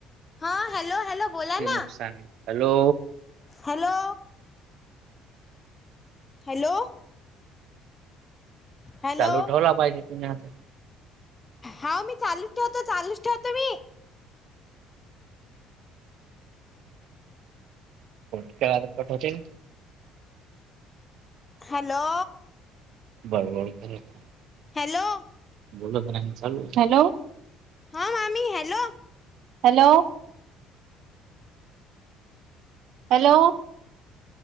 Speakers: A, on the left (about 15°); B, on the right (about 55°).
A: हा हॅलो हॅलो बोला
B: ते
A: ना
B: नुकसानी हॅलो
A: हॅलो हॅलो हॅलो
B: चालू ठेवला पाहिजे तुम्ही आता
A: हा मी चालूच ठेवतो चालूच ठेवतो मी
B: कट होते का
A: हॅलो
B: बळबळ करतं
A: हॅलो
B: बोलत नाही हॅलो
A: हा मामी हॅलो
B: हॅलो हॅलो